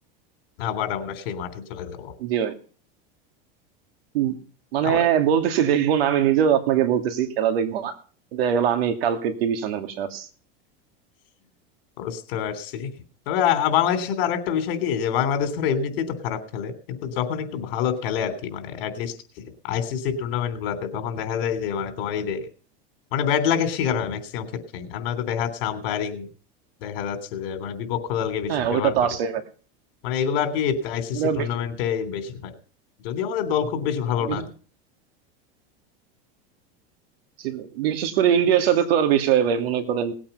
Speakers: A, on the left; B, on the right.
A: আবার আমরা সেই মাঠে চলে যাব
B: জি ভাই উম, মানে
A: আবার
B: বলতেছি দেখবো না আমি নিজেও আপনাকে বলতেছি খেলা দেখবো না দেখা গেল আমি কালকে টিভি সামনে বসে আছি
A: বুঝতে পারছি তবে আ- বাংলাদেশের সাথে আরেকটা বিষয় কি যে বাংলাদেশ ধরো এমনিতেই তো খারাপ খেলে কিন্তু যখন একটু ভালো খেলে আর কি মানে অ্যাটলিস্ট আইসিসি টুর্নামেন্ট গুলাতে তখন দেখা যায় যে মানে তোমার এই যে মানে ব্যাড লাকের শিকার হয় ম্যাক্সিমাম ক্ষেত্রেই আর নয়তো দেখা যাচ্ছে আম্পায়ারিং দেখা যাচ্ছে যে মানে বিপক্ষ দলকে বেশি
B: হ্যাঁ
A: ফেভার
B: ওইটা তো
A: করে
B: আছে ভাই
A: মানে এগুলো আর কি আইসিসি
B: ওটা
A: টুর্নামেন্টে
B: বিশ-
A: বেশি হয় যদিও আমাদের দল খুব বেশি ভালো
B: বিশ-
A: না
B: ছিল। বিশেষ করে ইন্ডিয়ার সাথে তো আর বিষয় ভাই মনে করেন